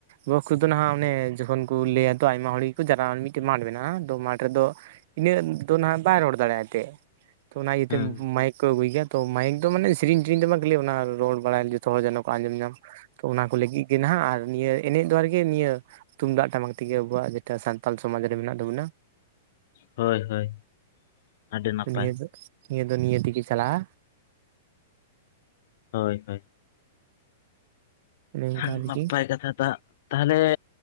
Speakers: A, on the right; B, on the left.
A: ᱵᱚᱠᱥ ᱫᱚ ᱱᱟᱦᱟᱜ ᱚᱱᱮ ᱡᱚᱠᱷᱚᱱ ᱠᱚ ᱞᱟᱹᱭᱟ ᱛᱚ ᱟᱭᱢᱟ ᱦᱚᱲ ᱜᱮ ᱠᱚ ᱡᱟᱨᱟᱜᱼᱟ ᱢᱤᱫᱴᱟᱝ ᱢᱟᱴᱷ ᱢᱮᱱᱟᱜᱼᱟ ᱟᱫᱚ ᱢᱟᱴᱷ ᱨᱮᱫᱚ ᱤᱱᱟᱹᱜ ᱫᱚ ᱱᱟᱜ ᱵᱟᱭ ᱨᱚᱲ ᱫᱟᱲᱮᱭᱟᱜᱼᱛᱮ ᱛᱚ ᱚᱱᱟ ᱤᱭᱟᱹ
B: ᱦᱩᱸ
A: ᱛᱮ ᱢᱟᱭᱤᱠ ᱠᱚ ᱟᱹᱜᱩᱭ ᱜᱮᱭᱟ ᱛᱚ ᱢᱟᱭᱤᱠ ᱫᱚ ᱢᱟᱱᱮ ᱥᱮᱨᱮᱧ ᱴᱤᱨᱤᱧ ᱫᱚ ᱵᱟᱝ ᱠᱷᱟᱹᱞᱤ ᱚᱱᱟ ᱨᱚᱲ ᱵᱟᱲᱟ <unintelligible> ᱡᱚᱛᱚ ᱦᱚᱲ ᱡᱮᱱᱚ ᱠᱚ ᱟᱸᱡᱚᱢ ᱧᱟᱢ ᱛᱚ ᱚᱱᱟ ᱠᱚ ᱞᱟᱹᱜᱤᱫ ᱜᱮ ᱱᱟᱦᱟᱜ ᱟᱨ ᱱᱤᱭᱟᱹ ᱮᱱᱮᱡ ᱫᱳᱣᱟᱨ ᱜᱮ ᱱᱤᱭᱟᱹ ᱛᱩᱢᱫᱟᱜ ᱴᱟᱢᱟᱠ ᱛᱮ ᱜᱮ ᱟᱵᱩᱣᱟᱜ ᱡᱮᱴᱟ ᱥᱟᱱᱛᱟᱞ ᱥᱚᱢᱟᱡᱽ ᱨᱮ ᱢᱮᱱᱟᱜ ᱛᱟᱵᱚᱱᱟ
B: ᱦᱳᱭ ᱦᱳᱭ ᱟᱹᱰᱤ ᱱᱟᱯᱟᱭ
A: ᱛᱚ ᱱᱤᱭᱟᱹ ᱫᱚ ᱱᱤᱭᱟᱹ ᱫᱚ ᱱᱤᱭᱟᱹ ᱛᱮ ᱜᱮ ᱪᱟᱞᱟᱜᱼᱟ
B: ᱦᱳᱭ ᱦᱳᱭ
A: ᱚᱱᱮ ᱚᱱᱠᱟ
B: ᱦᱟ
A: ᱟᱨᱠᱤ
B: ᱱᱟᱯᱟᱭ ᱠᱟᱛᱷᱟ ᱛᱟ ᱛᱟᱦᱚᱞᱮ